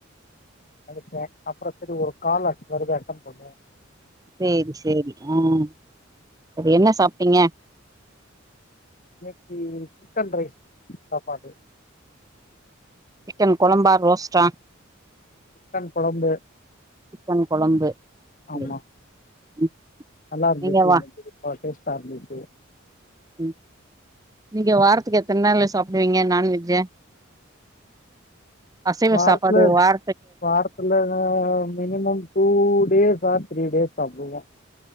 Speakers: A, on the left; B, on the right.
A: அடிச்சேன் அப்பறம் சேரி ஒரு கால் அது வரைக்கு அட்டென்ட் பண்ணே
B: சேரி சேரி ம் சரி என்ன சாப்ட்டீங்க
A: இன்னைக்கு சிக்கன் ரைஸ் சாப்பாடு
B: சிக்கன் கொழம்பா ரோஸ்டா
A: சிக்கன் கொழம்பு
B: சிக்கன் கொழம்பு இன்னைக்கு
A: ஆமா
B: ம்
A: நல்லா இருந்துச்சு
B: நீங்க வா
A: நல்ல டேஸ்ட்டா இருந்துச்சு
B: ம் நீங்க வாரத்துக்கு எத்தன நாளு சாப்டுவீங்க நான்வெஜ்ஜ அசைவ
A: வாரத்துல
B: சாப்பாடு வார
A: வாரத்துல minimum two days or three days சாப்டுவேன்